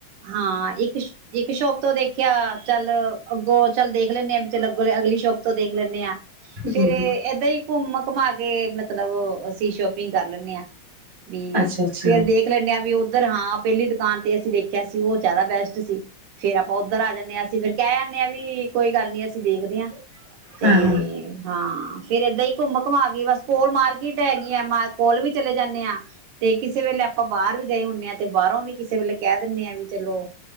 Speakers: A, on the right (about 85°); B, on the right (about 20°).
A: ਹਾਂ ਇੱਕ ਇੱਕ ਸ਼ੋਪ ਤੋਂ ਦੇਖਿਆ ਚੱਲ ਅੱਗੋਂ ਚੱਲ ਦੇਖ ਲੈਂਦੇ ਚੱਲ ਅੱਗੋਂ ਅਗਲੀ ਸ਼ੋਪ ਤੋਂ ਦੇਖ ਲੈਂਦੇ ਹਾਂ ਫੇਰ
B: ਹੂੰ
A: ਏ ਏਦਾਂ ਹੀ ਘੁੰਮ ਘੁਮਾ ਕੇ ਮਤਲਬ ਅਸੀਂ ਸ਼ੋਪਿੰਗ ਕਰ ਲੈਦੇ ਹਾਂ ਵੀ
B: ਅੱਛਾ ਅੱਛਾ
A: ਫੇਰ ਦੇਖ ਲੈਨੇ ਆ ਵੀ ਉਹ ਉਧਰਾਂ ਆਪ ਪਹਿਲੀ ਦੁਕਾਨ ਤੇ ਅਸੀਂ ਦੇਖਿਆ ਸੀ ਉਹ ਜ਼ਿਆਦਾ ਬੈਸਟ ਸੀ। ਫੇਰ ਆਪਾਂ ਉੱਧਰ ਆ ਜਾਂਦੇ ਹਾਂ ਅਸੀ ਫਿਰ ਕਹਿ ਕਹਿਨੇ ਵੀ ਕੋਈ ਗੱਲ ਨੀ ਅਸੀਂ ਦੇਖਦੇ ਹਾਂ ਤੇ
B: ਹਾਂ ਹਾਂ।
A: ਹਾਂ ਫੇਰ ਏਦਾਂ ਹੀ ਘੁੰਮ ਘੁਮਾ ਗਈ ਬਸ ਕੋਲ ਮਾਰਕੀਟ ਹੈਗੀ ਆ ਮ ਕੋਲ ਵੀ ਚਲੇ ਜਾਂਦੇ ਆਾਂ ਤੇ ਕਿਸੇ ਵੇਲੇ ਆਪਾਂ ਬਾਹਰ ਵੀ ਗਏ ਹੁੰਦੇ ਆਾਂ ਤੇ ਬਾਹਰੋਂ ਵੀ ਕਿਸੇ ਵੇਲੇ ਕਹਿ ਦਿੰਦੇ ਆ ਵੀ ਚਲੋ